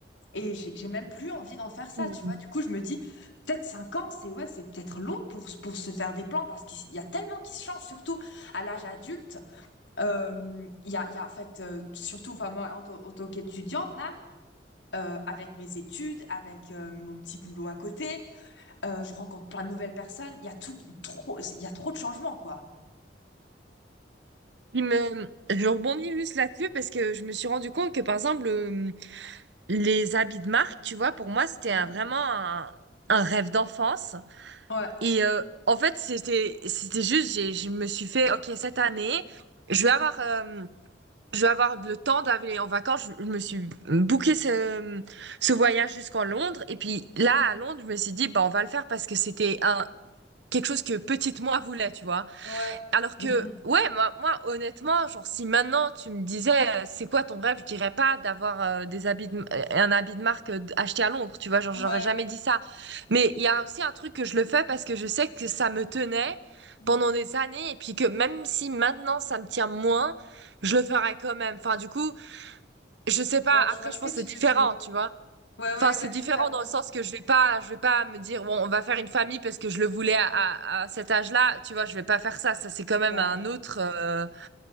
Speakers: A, on the left (about 80°); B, on the right (about 70°).
A: Et j'ai j'ai même plus envie d'en faire ça,
B: Hmm.
A: tu vois. Du coup, je me dis, peut-être 5 ans, c'est ouais, c'est peut-être long pour, pour se faire des plans parce qu'il y a tellement qui se change, surtout à l'âge adulte. Euh, Il y a, il y a, en fait, euh, surtout, enfin, moi, en tant en tant qu'étudiante, là, euh, avec mes études, avec euh, mon petit boulot à côté. Euh, je rencontre plein de nouvelles personnes. Il y a tout, trop, il y a trop de changements, quoi.
B: Il me, je rebondis juste là-dessus parce que je me suis rendu compte que par exemple le- les habits de marque, tu vois, pour moi c'était
A: Mhm.
B: un- vraiment un un rêve d'enfance.
A: Ouais,
B: Et euh, en fait, c'était c'était juste, j'ai, je me suis fait, ok, cette année, je vais avoir, euh, je vais avoir le temps d'aller en vacances. Je, je me suis booké ce, ce voyage jusqu'en Londres. Et puis là, à Londres, je me suis dit, bah, on va le faire parce que c'était un quelque chose que petite moi voulait, tu vois.
A: ouais.
B: Alors que,
A: Mhm.
B: ouais, moi, moi, honnêtement, genre, si maintenant tu me disais, euh, c'est quoi ton rêve, je dirais pas d'avoir euh, des habits de- euh, un habit de marque euh, d- acheté à Londres, tu vois, genre,
A: Ouais,
B: j'aurais
A: ouais.
B: jamais dit ça. Mais il y a aussi un truc que je le fais parce que je sais que ça me tenait
A: Mm.
B: pendant des années et puis que même si maintenant ça me tient moins, je le ferais quand même. Enfin, du coup, je sais pas,
A: Ouais, je
B: après,
A: vois ce
B: je pense
A: que tu
B: que c'est différent,
A: veux dire.
B: tu vois.
A: Ouais, ouais,
B: Enfin, c'est
A: ouais,
B: différent
A: totalement.
B: dans le sens que je vais pas, je vais pas me dire, bon, on va faire une famille parce que je le voulais à, à, à cet âge-là. Tu vois, je vais pas faire ça. Ça, c'est quand même
A: Ouais.
B: un autre, euh,